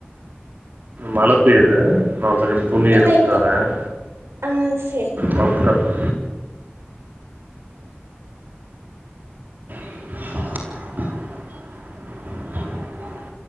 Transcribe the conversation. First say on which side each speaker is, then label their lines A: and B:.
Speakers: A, on the right (about 45°); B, on the right (about 75°).
A: மழை பெய்யுது ந ஒரு செக துணி
B: இல்ல
A: எடுத்ட்டு
B: இப்ப
A: வரேன்
B: ஆ செரி
A: பக்க <inaudible>